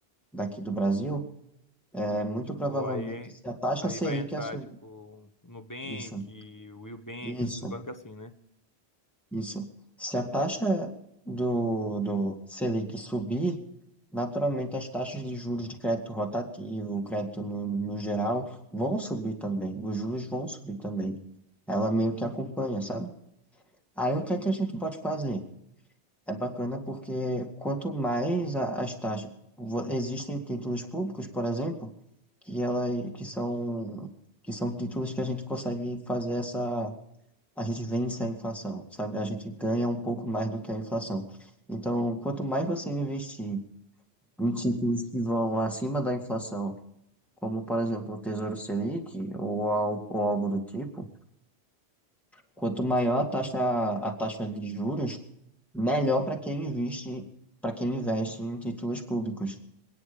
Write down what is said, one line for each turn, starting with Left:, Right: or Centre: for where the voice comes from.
Centre: daqui do Brasil, é muito
Left: Tipo,
Centre: provavelmente
Left: aí,
Centre: se a taxa
Left: aí
Centre: Selic
Left: vai entrar,
Centre: é subir.
Left: tipo, Nubank,
Centre: Isso,
Left: Willbank,
Centre: isso.
Left: esses bancos assim, né?
Centre: Isso. Se a taxa do, do Selic subir, naturalmente as taxas de juros de crédito rotativo, crédito no, no geral, vão subir também. Os juros vão subir também. Ela meio que acompanha, sabe? Aí o que é que a gente pode fazer? É bacana porque quanto mais a- as taxas. vo- Existem títulos públicos, por exemplo, que, ela, que são, que são títulos que a gente consegue fazer essa a gente vence a inflação, sabe? A gente ganha um pouco mais do que a inflação. Então, quanto mais você investir em títulos que vão acima da inflação, como por exemplo o Tesouro Selic ou algo, ou algo do tipo, quanto maior a taxa, a taxa de juros, melhor para quem investe, para quem investe em títulos públicos.